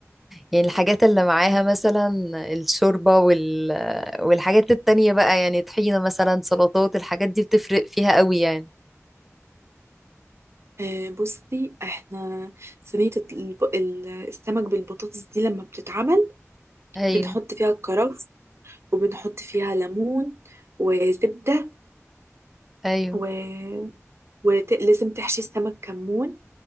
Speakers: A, in the centre; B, on the right.
A: يعني الحاجات اللي معاها مثلا الشوربة وال... والحاجات التانية بقى يعني طحينة مثلا سلطات الحاجات دي بتفرق فيها قوي يعني
B: آه بصي احنا صينيه الب- ال- السمك بالبطاطس دي لما بتتعمل
A: ايوه
B: بنحط فيها الكرفس وبنحط فيها ليمون وزبدة
A: ايوه
B: و... ولازم تحشي السمك كمون